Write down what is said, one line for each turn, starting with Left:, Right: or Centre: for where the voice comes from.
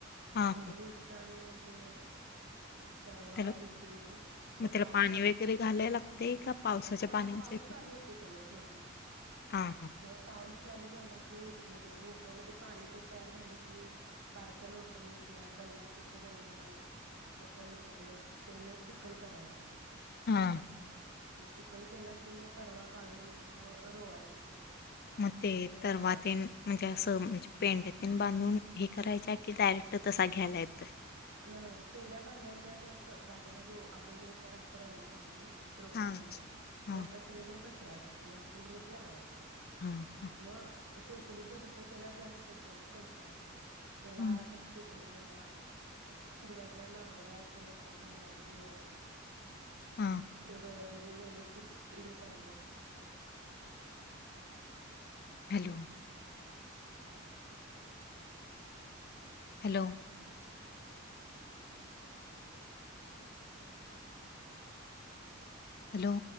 Left: हां.
Right: मग थोडे्या दिवसान ते तरवा
Left: त्याला
Right: येथे उगवून मग
Left: त्याला
Right: पावस
Left: पाणी
Right: चाल
Left: वगैरे घालायला लागतंय का पावसाच्या
Right: नाही
Left: पाण्यावर
Right: नाही पाऊस
Left: ते
Right: चालू होत तवर थोडे्या दिवसात
Left: हां, हां.
Right: मग पाऊस चालू झाला क की म्हणजे ओप्यामध्ये पाणी तेन तयार झाले की बारक्या लोटरनं किंवा बैला असली तर बैलानी मोठ्या लोटरनं तेनं चिखल करायचा.
Left: ह
Right: मग चिखल केला की मग तरवा काढून मग रोवायचं ते
Left: मग ते
Right: रोप
Left: तरवातीन
Right: लावायचे
Left: म्हणजे असं म्हणजे पेंड्यातील बांधून हे करायच्या की डायरेक्ट तसा घ्यायलायेत
Right: नाही नाही पेंढ्या बांधायच्या अस जाागजागे आपण जे पराग करा होणार आहे का रोप
Left: हां.
Right: लावणार आहे
Left: हां,
Right: रोप सगळीकडे राय आणि आपण रोप लावायच
Left: हां, हां,
Right: म टोकणीचं कसं त्याला जास्त क कष्ट असता त. त्याला
Left: हां,
Right: कस तू <inaudible> सुरुवातला नांगरायच <unintelligible> घालायचं <unintelligible>
Left: हां.
Right: जे व्यवस्थित हे करायचं.
Left: Hello hello hello